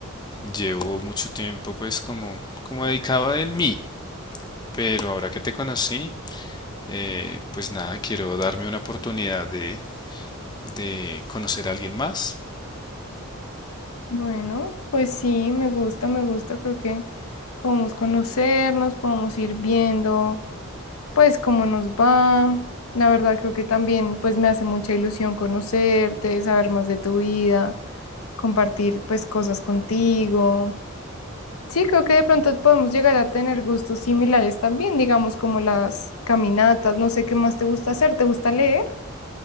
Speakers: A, on the left; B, on the left.
A: llevo mucho tiempo pues como como dedicado en mí, pero ahora que te conocí eh, pues nada, quiero darme una oportunidad de, de conocer a alguien más.
B: Bueno, pues sí, me gusta, me gusta, creo que podemos conocernos, podemos ir viendo. pues cómo nos va. La verdad creo que también pues me hace mucha ilusión conocerte, saber más de tu vida, compartir pues cosas contigo. Sí, creo que de pronto podemos llegar a tener gustos similares también, digamos como las caminatas, no sé qué más te gusta hacer, ¿te gusta leer?